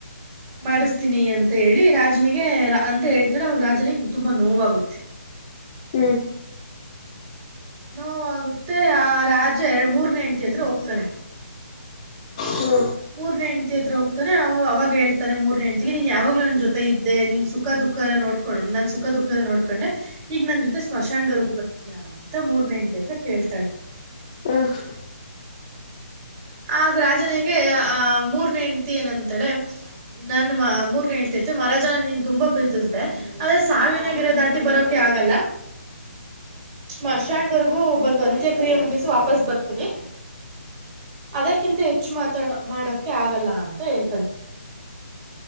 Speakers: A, on the right; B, on the left.
A: ಮಾಡಿಸತೀನಿ ಅ ಅಂತ ಹೇಳಿ ರಾಜನಿಗೆ ಅಂತ ಹೇಳ್ತಾಳೆ ಅವಾಗ ರಾಜನಿಗೆ ತುಂಬ ನೋವಾಗುತ್ತೆ
B: ಹೂ
A: ನೋವಾಗುತ್ತೆ ಆ ರಾಜ ಮೂರ್ನೆ ಹೆಂಡ್ತಿ ಹತ್ರ ಹೋಗ್ತಾನೆ
B: ಹೂ
A: ಮೂರನೇ ಹೆಂಡಟತಿ ಹತ್ರ ಹೋಗ್ತಾನೆ ಅವಾಗ ಹೇಳ್ತಾನೆ ಮೂರನೇ ಹೆಂಡ್ತಿಿಗೆ ನೀನ್ ಯಾವಾಗ್ಲೂ ನ ಜೊತೆ ಇದ್ದೆನ್ ಸುಖ ದುಃ ಎಲ್ಲ ನೋಡ್ ನಾನ್ ಸುಖ ಃಖದ ನೋಡ್ಕೊಂಡೆ ಈಗ ನನ್ ಜೊತೆ ಸ್ಮಶಾನದವರೆಗ ಬರ್ತಿಯಾ ಅಂತ ಮೂರ್ನೆ ಹೆಂಡ್ತಿ ಹತ್ರ ಕೇಳ್ತಾಳೆ
B: ಹಾ ್
A: ಆಗ ರಾಜನಿಗೆ ಆಹ ಮೂರನೇ ಹೆಂಡ್ತಿ ಏನಂತಳೆ ನನ್ನ ಮೂರನೇ ಹೇಳ್ತಿಳ್ೀವಿ ಮಹಾರಾಜ ನಿನ್ನ ತುಂಬ ಪ್ರೀತಿಸ್ದಿದೆ ಆದದ್ರೆ ಸಾವಿನಗಿರೆ ದಾಟಿ ಬರೋಕೆ ಆಗಲ್ಲ ಸ್ಮಾಶಾನ್ದವರೆಗೂ ಬಂದು ಅಂತ್ಯಕ್ರಿಯೆ ಮುಗಿಸಿ ವಾಪಸ್ ಬರ್ತನೀ ಅದಕ್ಕಿಂತ ಹೆಚ್ಚು ಮಾತಾಡ ಮಾಡಕೆ ಆಗಲ್ಲ ಅಂತ ಹೇಳ್ತಾನೆ